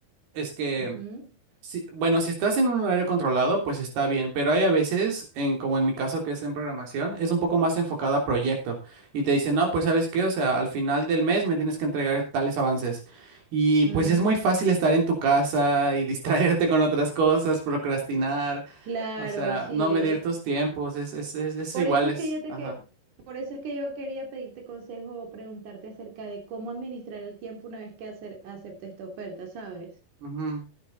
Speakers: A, on the right (about 80°); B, on the right (about 55°).
A: es que,
B: Ujú.
A: si- bueno, si estás en un horario controlado, pues está bien, pero hay a veces, en, como en mi caso que es en programación, es un poco más enfocado a proyecto y te dicen, no, pues sabes qué, o sea, al final del mes me tienes que entregar tales avances. Y
B: Mm,
A: pues es muy fácil estar en tu casa y <laughs> distraerte con otras cosas, procrastinar.
B: claro,
A: O sea,
B: sí.
A: no medir
B: eh,
A: tus tiempos, es, es, es, es
B: Por
A: iguales.
B: eso es que yo te
A: Ajá.
B: que, por eso es que yo quería pedirte consejo o preguntarte acerca de cómo administrar el tiempo una vez que hacer, acepte esta oferta, ¿sabes?
A: Ujú.